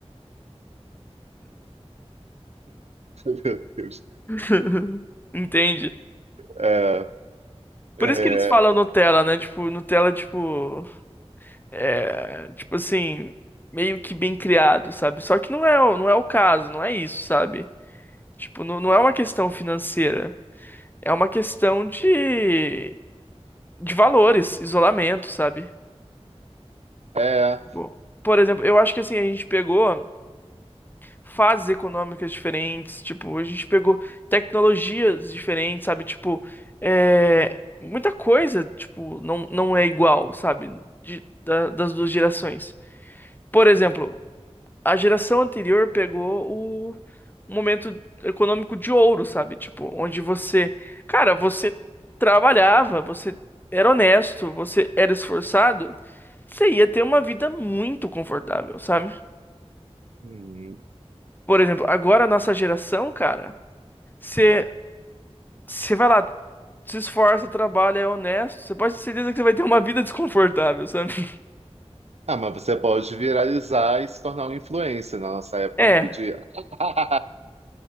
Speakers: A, on the right (about 75°); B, on the left (about 20°).
A: Meu Deus.
B: <laughs> Entende?
A: É,
B: Por
A: é,
B: isso que eles falam Nutella, né? Tipo, Nutella, tipo, é, tipo assim, meio que bem criado, sabe? Só que não é, o- não é o caso, não é isso, sabe? Tipo, não, não é uma questão financeira, é uma questão de, de valores, isolamento, sabe?
A: é,
B: Bom, Por exemplo, eu acho que assim, a gente pegou. fases econômicas diferentes, tipo, a gente pegou tecnologias diferentes, sabe? Tipo, é, muita coisa, tipo, não, não é igual, sabe? De- da- das duas gerações. Por exemplo, a geração anterior pegou o, o momento econômico de ouro, sabe? Tipo, onde você, cara, você trabalhava, você era honesto, você era esforçado, você ia ter uma vida muito confortável, sabe?
A: hum.
B: Por exemplo, agora a nossa geração, cara. Você, você vai lá, se esforça, trabalha, é honesto. Você pode ter certeza que você vai ter uma vida desconfortável, sabe? <laughs>
A: Ah, mas você pode viralizar e se tornar um influencer. Na nossa época
B: É,
A: eu não podia. <laughs>